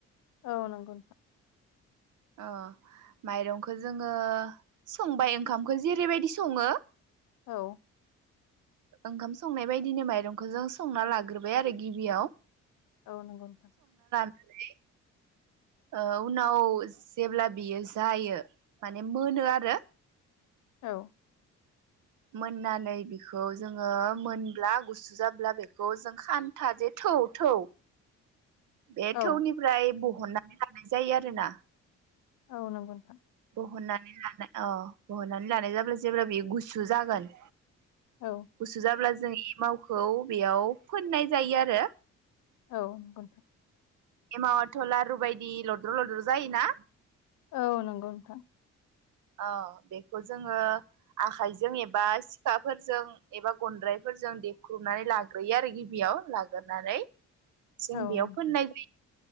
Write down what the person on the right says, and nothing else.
अ माइरंखौ जोङो संबाय ओंखामखौ जेरैबायदि सङो
ओंखाम संनाय बायदिनो माइरंखौ जों संना लाग्रोबाय आरो गिबियाव
मोने ओ उनाव जेब्ला बियो जायो माने मोनो आरो
मोननानै बिखौ जोङो मोनब्ला गुसु जाब्ला बेखौ जों खान्था जे थौ थौ बे
थौनिफ्राय बह हननानै लानाय जायो आरो ना
बहननानै लानाय अ बहननानै लानाय जाब्ला जेब्ला बियो गुसु जागोन
गुसुजाब्ला जों एमावखौ बेयाव फोननाय जायो आरो
एमाथलारुुबायदि लद्र' लद्र जायोना
अ बेखौ जोङो आखाइजों एबा सिखाफोरजों एबा गन्द्रायफोरजों देख्रुबनानै लाग्रोयो आरो गिबियाव लाग्रोनानै जों
बेयाव
फोननाय